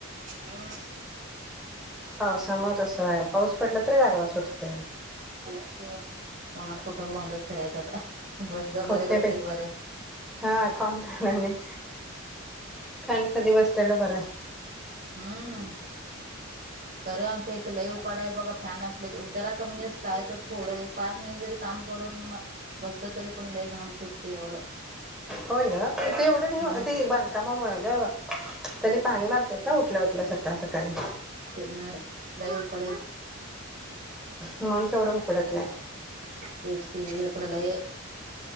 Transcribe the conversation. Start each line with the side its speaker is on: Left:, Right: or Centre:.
Right: हम्
Centre: पावसामुळे तस आहे, पाऊस पडला तर गारवा सुटतोय.
Right: तेच कि ओ उन्हात कुठं बोंबलत फिरायचं आता बस गप
Centre: खोते
Right: बरी बसलेल
Centre: बाई
Right: बरं.
Centre: हा कोण करणार नाही. फॅन खाली बसल्याल बरं
Right: हम्म तरी आमच्या येथ लय उकाडा आहे बघा फॅन असल तरी जरा का म्हणजे काय तर थोडं एक पाच मिनिट जरी काम करून बसलं तरी पण लई घाम सुटतय एवढं
Centre: होय ग तिथं एवढ नाही
Right: हम्म.
Centre: ते बांधकामामुळं ग त्यांनी पाणी मारत्यात ना उठल्या उठल्या सकाळ सकाळी
Right: नाही, लय उकाडा.
Centre: म्हणून तेवढं उकडत नाही.
Right: तेच कि <unintelligible>